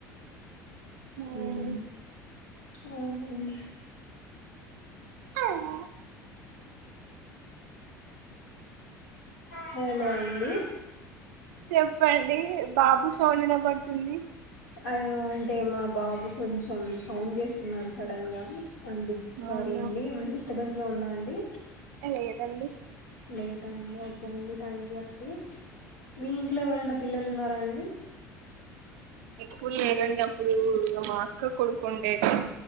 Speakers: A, on the right (about 65°); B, on the left (about 75°).
A: అవునండి
B: ఉమ్ అవునండి
A: అవు
B: హెలో అండి
A: చెప్పండి బాబు సౌండ్ వినపడుతుంది
B: అ అంటే మా బాబు కొంచెం సౌండ్ చేస్తున్నారు సడన్ గా అందుకు స్వారీ
A: అవునా
B: అండి ఏమన్న డిస్టర్బెన్స్ గా ఉందా అండి
A: లేదండి
B: లేదాండి ఓకే అండి థ్యాంక్ యూ అండి మీ ఇంట్లో ఎవరన్నా పిల్లలు ఉన్నారా అండి
A: ఇప్పుడు లేరండి అప్పుడు ఇగ మా అక్క కొడుకు ఉండేది